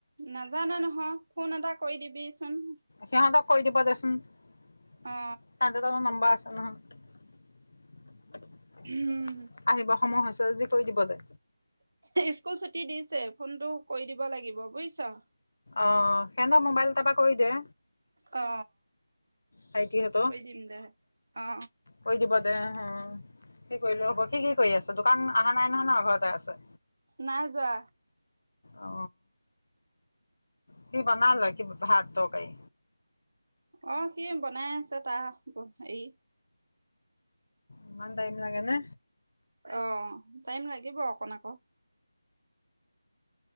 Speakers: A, on the right (about 55°); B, on the left (about 60°).
A: নাজানা নহয়, ফোন এটা কৰি দিবিচোন।
B: সিহঁতক কৰি দিব দেচোন <unintelligible>
A: অ
B: দেউতাকৰ নাম্বাৰ আছে নহয়।
A: <inaudible>
B: আহিব সময় হৈছে যদি কৰি দিব দে।
A: স্কুল ছুটি দিছে, ফোনটো কৰি দিব লাগিব বুজিছ।
B: অ' হেনৰ মোবাইলৰ তাপা কৰি দে।
A: অ।
B: ভাইটীহঁতো
A: কৰি দিম দে অ
B: কৰি দিব দে হ, সি কৰিলেও হ'ব। সি কি কৰি আছে? দোকান আহা নাই নহয় ন ঘৰতে আছে?
A: নাই যোৱা।
B: অ কি বনালে কি ভাত তৰকাৰী।
A: অ হেৰি বনাই আছে তা ব হেৰি
B: ইমান টাইম লাগে নে?
A: অ' টাইম লাগিব অকণ আকৌ। <inaudible>